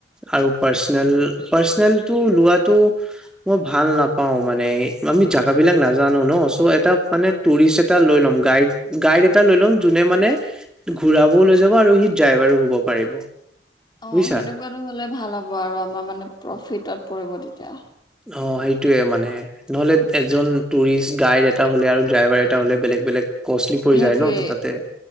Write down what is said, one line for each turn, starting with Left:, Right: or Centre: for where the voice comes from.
Centre: আৰু পাৰ্চনেল পাৰ্চনেলটো লোৱাটো মই ভাল নাপাওঁ মানে, আমি জাগা বিলাক নজানো ন, চ' মানে টুৰিষ্ট এটা লৈ ল'ম, গাইড গাইড এটা লৈ ল'ম যোনে মানে ঘুৰাবও লৈ যাব আৰু সি ড্ৰাইভাৰো হ'ব পাৰিব।
Left: অ'
Centre: বুজিছা
Left: সেনেকুৱাটো হ'লে ভাল আৰু আমাৰ মানে প্ৰফিটত পৰিব তেতিয়া।
Centre: অ' সেইটোয়ে মানে নহ'লে এজন টুৰিষ্ট গাইড এটা হ'লে আৰু ড্ৰাইভাৰ এটা হ'লে বেলেগ বেলেগ কষ্টলি পৰি
Left: সেইটোৱে
Centre: যায় ন দুটাতে।